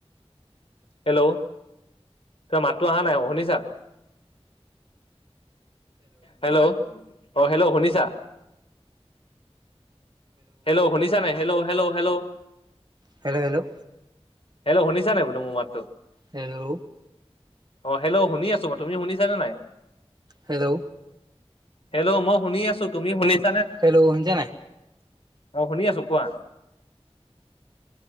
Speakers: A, on the left; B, on the right.
A: হেল্ল? তোমাৰ মাতটো অহা নাই শুনিছা? হেল্ল। অ হেল্ল, শুনিছা? হেল্ল শুনিছা নে hello hello hello?
B: Hello, hello,
A: hello শুনিছা নে বোলো মোৰ মাতটো?
B: হেল্ল।
A: অ হেল্ল শুনি আছো মই। তুমি শুনিছা নে?
B: হেল্ল।
A: হেল্ল' মই শুনি আছো তুমি শুনিছা?
B: হেল্ল' শুনিছা নে নাই?
A: অ', শুনি আছোঁ কোৱা।